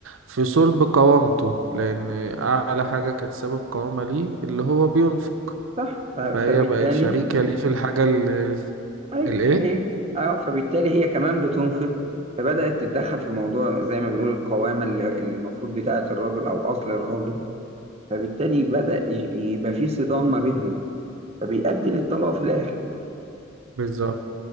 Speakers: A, on the right; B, on the right.
A: في صلب قوامته لان اعلى حاجة كانت سبب قوامة ليه اللي هو بينفق
B: صح ف-
A: فهي
B: فبالتالي
A: بقت شريكة ليه في الحاجة اللي
B: أيوه
A: الايه
B: هي أه فبالتالي هي كمان بتنفق فبدأت تتدخل في موضوع زي ما بنقول القوامة اللي المفروض بتاعة الراجل أو أصل الراجل فبالتالي بدأ ي- يبقى في صدام ما بينهم فبيؤدي للطلاق في الآخر
A: بالظبط